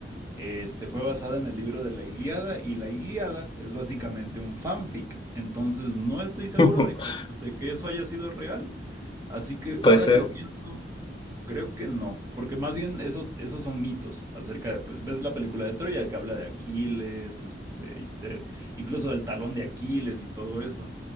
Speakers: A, on the right (about 15°); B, on the left (about 25°).
A: Este fue basada en el libro de la Ilíada y la Ilíada es básicamente un fanfic. Entonces no estoy seguro
B: <laughs>
A: de que, de que eso haya sido real. Así que
B: Pues
A: ahora
B: eh,
A: que lo pienso, creo que no. Porque más bien eso, esos son mitos acerca de, pues ves la película de Troya que habla de Aquiles, este, y de- incluso del talón de Aquiles y todo eso.